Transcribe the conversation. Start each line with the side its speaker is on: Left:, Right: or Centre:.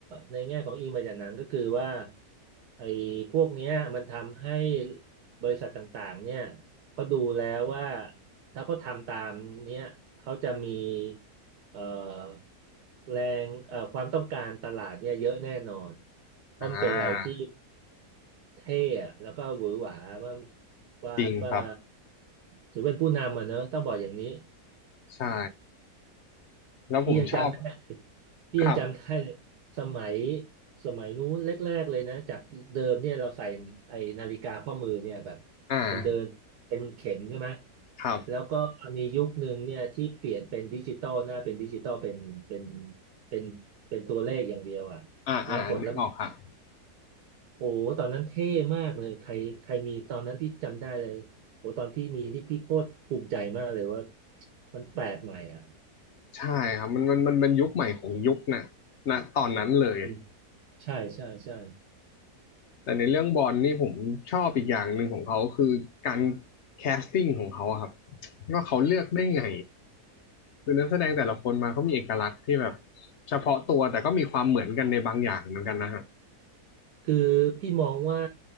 Right: ในแง่ของอิงมาจากหนังก็คือว่าไอ้พวกเนี้ยมันทำให้บริษัทต่างๆเนี่ยเขาดูแล้วว่าถ้าเขาทำตามเนี้ยเขาจะมีเอ่อแรงเอ่อความต้องการตลาดเนี่ยเยอะแน่นอนเพราะมันเป็นอะไรที่
Left: อ่า
Right: เท่อะแล้วก็หวือหวาว่าว่าว่า
Left: จริงครับ
Right: ถือเป็นผู้นำอ่ะเนอะต้องบอกอย่างนี้
Left: ใช่แล้วผมชอบ
Right: พี่ยังจำได้พี่ยังจำได้เลยสมัย
Left: ครับ
Right: สมัยนู้นแรกๆเลยนะจากเดิมเนี่ยเราใส่ไอ้นาฬิกาข้อมือเนี่ยแบบ
Left: อ่า
Right: มันเดินเป็นเข็มใช่ไหม
Left: ครับ
Right: แล้วก็มียุคหนึ่งเนี่ยที่เปลี่ยนเป็นดิจิตอลหน้าเป็นดิจิตอลเป็นเป็นเป็นเป็นตัวเลขอย่างเดียวอ่ะแล้วกดแล้ว
Left: อ่าอ่านึกออกครับ
Right: โอ้โหตอนนั้นเท่มากเลยใครใครมีตอนนั้นพี่จำได้เลยโอ้โหตอนพี่มีนี่พี่โคตรภูมิใจมากเลยว่ามันแปลกใหม่อ่ะ
Left: ใช่ครับมันมันมันเป็นยุคใหม่ของยุคน่ะนะตอนนั้นเลย
Right: อืมใช่ใช่ใช่
Left: แต่ในเรื่องบอลนี่ผมชอบอีกอย่างหนึ่งของเขาคือการแคสติ้งของเขาอะครับว่าเขาเลือกได้ไง คือนักแสดงแต่ละคนมาเขามีเอกลักษณ์ที่แบบเฉพาะตัวแต่ก็มีความเหมือนกันในบางอย่างเหมือนกันนะฮะ
Right: คือพี่มองว่า